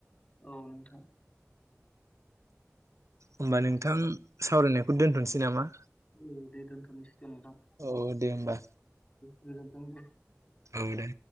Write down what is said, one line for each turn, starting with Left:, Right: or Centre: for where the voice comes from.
Left: औ नोंथां।
Right: होमबा नोंथां सावरायनायखौ दोनथ'नोसै नामा?
Left: औ दे दोनथ'नोसै दे नोंथां
Right: औ दे होमबा
Left: गोजोनथों दे।
Right: औ दे।